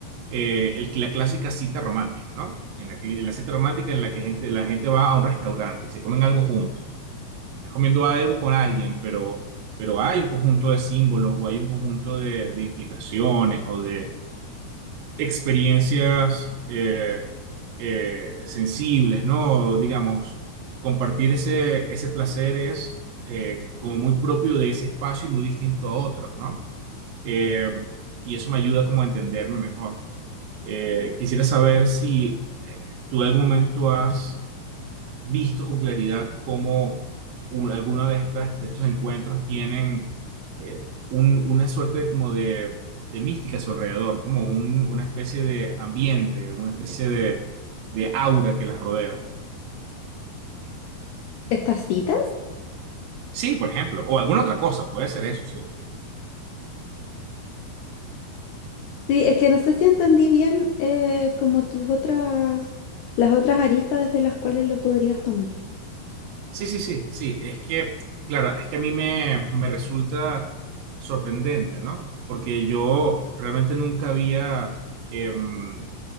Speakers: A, on the right; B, on the left.
A: eh, el- la clásica cita romántica, ¿no? En la, cli- la cita romántica en la que gente, la gente va a un restaurante y se comen algo juntos. Estás comiendo algo con alguien, pero, pero hay un conjunto de símbolos o hay un conjunto de, de implicaciones o de experiencias eh, eh, sensibles, ¿no? Digamos, compartir ese, ese placer es eh, como muy propio de ese espacio y muy distinto a otros, ¿no? Eh, y eso me ayuda como a entenderme mejor. Eh, quisiera saber si eh, tú en algún momento has visto con claridad cómo un- alguno de estas, de estos encuentros tienen eh, un- una suerte de- como de, de mística a su alrededor, como un- una especie de ambiente, una especie de, de aura que las rodea.
B: ¿Estas citas?
A: Sí, por ejemplo, o alguna otra cosa, puede ser eso, sí.
B: Sí, es que no sé si entendí bien eh, como tus otras, las otras aristas desde las cuales lo podrías tomar.
A: Sí, sí, sí, sí, es que, claro, es que a mí me, me resulta sorprendente, ¿no? Porque yo realmente nunca había, em,